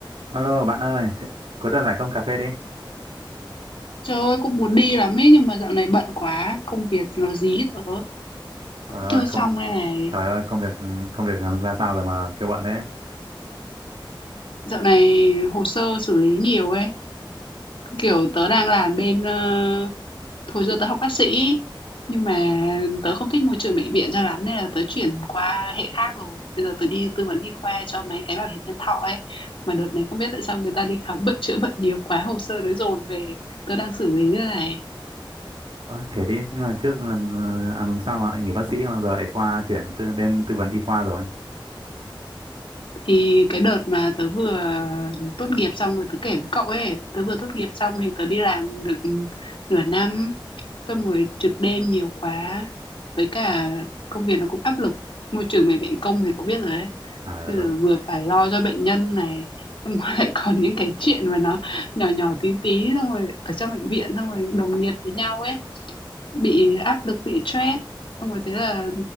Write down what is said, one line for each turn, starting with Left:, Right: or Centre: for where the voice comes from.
Right: Alo bạn ơi, thế- cuối tuần rảnh không cà phê đi.
Left: Trời ơi, cũng muốn đi lắm ấy nhưng mà dạo này bận quá, công việc nó dí tớ
Right: Trời ơi,
Left: chưa xong
Right: công,
Left: đây này.
Right: trời ơi, công việc công việc làm ra sao rồi mà kêu bận thế?
Left: Dạo này hồ sơ xử lý nhiều ấy, kiểu tớ đang làm bên ờ, hồi xưa tớ học bác sĩ nhưng mà tớ không thích môi trường bệnh viện cho lắm nên là tớ chuyển qua hệ khác rồi. Bây giờ tớ đi tư vấn y khoa cho mấy cái bảo hiểm nhân thọ ấy. Mà đợt này không biết tại sao người ta đi khám bệnh chữa bệnh nhiều quá, hồ sơ nó dồn về, tớ đang xử lý đây này.
Right: Ờ, kể đi, nhưng mà trước làm à, làm sao mà anh nghỉ bác sĩ mà giờ ấy qua chuyển tư, đến tư vấn y khoa rồi.
Left: Thì cái đợt mà tớ vừa tốt nghiệp xong rồi tớ kể với cậu ấy, tớ vừa tốt nghiệp xong thì tớ đi làm được nửa năm, xong rồi trực đêm nhiều quá, với cả công việc nó cũng áp lực. Môi trường bệnh viện công thì cậu biết rồi đấy,
Right: À
Left: bây
Right: đúng.
Left: giờ vừa phải lo cho bệnh nhân này, xong rồi <laughs> lại còn những cái chuyện mà nó nhỏ nhỏ tí tí, xong rồi ở trong bệnh viện, xong rồi đồng nghiệp với nhau ấy. Bị áp lực, bị stress, xong rồi thế là